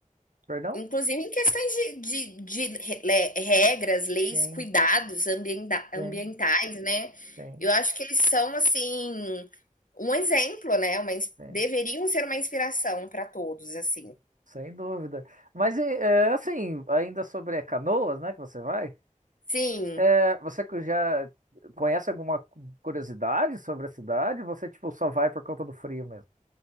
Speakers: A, on the right; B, on the left.
A: Perdão?
B: inclusive em questões de de de re le regras, leis,
A: Sim,
B: cuidados ambienda
A: sim,
B: ambientais, né.
A: sim,
B: Eu acho que eles são, assim, um exemplo, né, uma ins
A: sim.
B: deveriam ser uma inspiração para todos, assim.
A: Sem dúvida. Mas e, é, assim, ainda sobre Canoas, né, que você vai,
B: Sim.
A: é, você que já conhece alguma curiosidade sobre a cidade? Você, tipo, só vai por conta do frio mesmo?